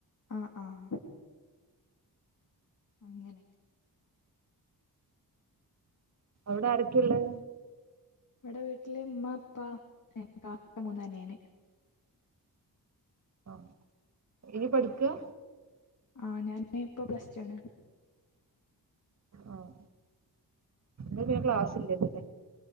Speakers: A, on the left (about 50°); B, on the right (about 45°).
A: ആഹ ആഹ. അങ്ങനെ.
B: അവിടെ ആരൊക്കെയള്ളെ.
A: ഇവിടെ വീട്ടില് ഉമ്മ അപ്പ കാപ്പ മൂന്നന്നെയന്ന്
B: ആ എനി പഠിക്കുക
A: ആഹ ഞാാന് ഇപ്പൊ പ്ലസ് ആണ്
B: ആഹ എ പിന്നെ ക്ലാസ് ഇല്ലല്ലോല്ലേ